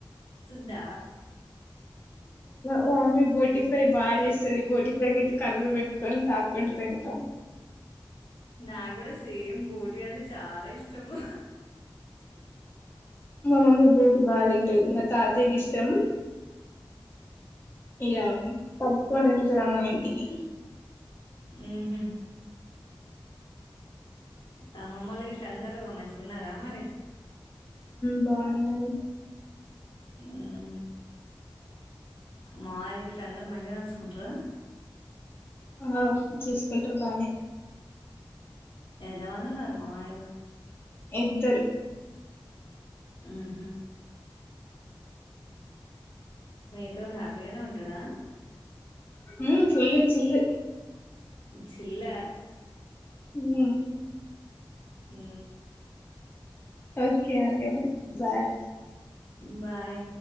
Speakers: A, on the left (about 70°); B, on the left (about 25°).
A: ద
B: ఓ అమ్మీ బోటి ఫ్రై బాగా చేస్తుంది బోటి ఫ్రై అయితే కళు పెట్టుకొని తాకు పింట తని త
A: నాకుూ సేమ్ బోటీ అంటే చాలా ఇష్టము
B: మా మమ్మీ బోటీ బాగా తింటది మా తాత్యకి ఇష్టం అయ్య
A: హుహు.
B: పడుకున దమ మంటికి
A: ఆహ ఆ మామ్మూళ్లు గ ఇట్ల అందరూ మంచిగా ఉన్నారా మరి
B: బాగు అన్నారుారు
A: హ మాయిలు గట్ అందరు మంచిగా చూసుకుంటారు
B: ఆ చూస్కోంట్ర బానే
A: ఎద వందన్నారు మాయలు
B: ఇద్దరు
A: ఆహ ఎంతో హ్యాపీగానే ఉంటాడా
B: ఉ ఫుల్ చిల్
A: చిల్లా
B: హ
A: హ
B: ఓకే అ బాయ
A: బాయ్